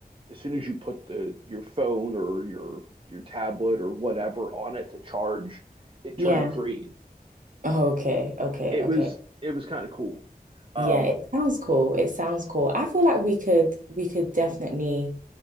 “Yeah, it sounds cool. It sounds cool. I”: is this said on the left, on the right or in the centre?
Right